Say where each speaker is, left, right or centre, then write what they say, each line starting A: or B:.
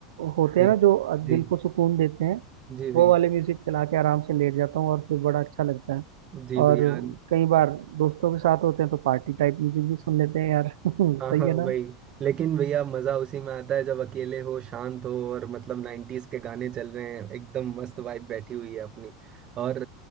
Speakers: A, on the right (about 80°); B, on the right (about 35°).
A: होते
B: जी
A: हैं ना जो
B: जी
A: दिल को सुकून देते हैं
B: जी भैया
A: वो वाले म्यूजिक चला के आराम से लेट जाता हूँ और फिर बड़ा अच्छा लगता है
B: जी भैया
A: और कई बार दोस्तों के साथ होते हैं तो पार्टी टाइप म्यूजिक भी सुन लेते हैं यार <laughs> सही
B: हाँ हाँ
A: है ना
B: वही लेकिन भैया मजा उसी में आता है जब अकेले हो शांत हो और मतलब नाइन्टीज के गाने चल रहे हैं एकदम मस्त वाइब बैठी हुई है अपनी और